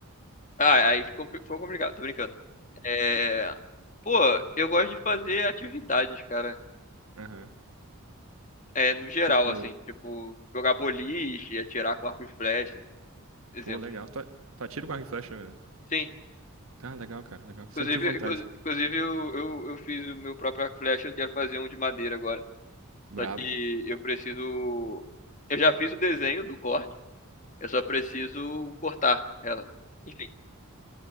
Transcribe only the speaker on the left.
Ah, aí ficou, ficou complicado, tô brincando. É, pô, eu gosto de fazer atividades, cara.
É, no geral,
assim, tipo, jogar boliche, atirar com arco e flecha, exemplo.
Sim,
inclusive,
inclu- inclusive eu, eu, eu fiz o meu próprio arco e flecha, eu quero fazer um de madeira agora.
Só que eu preciso. Eu já fiz o desenho do corte, eu só preciso cortar ela. Enfim,